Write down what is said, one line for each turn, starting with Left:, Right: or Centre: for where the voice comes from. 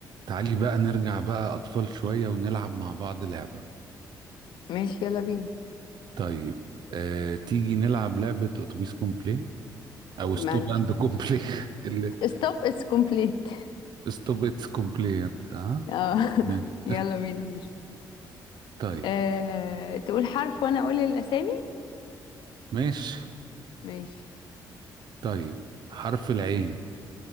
Right: تعالي بقى نرجع بقى أطفال شوية ونلعب مع بعض لعبة
Left: ماشي يلا بينا
Right: طيب آه، تيجي نلعب لعبة أتوبيس كومبلي أو ستوب
Left: ما عنديش
Right: أند كومبلي <laughs> اللي
Left: ستوب اتس كومبليت
Right: ستوب إتس كومبلي ها
Left: اه <laughs>
Right: ماشي
Left: يلا بينا ماشي
Right: طيب
Left: أه... تقول حرف وانا اقول الاسامي
Right: ماشي
Left: ماشي
Right: طيب حرف العين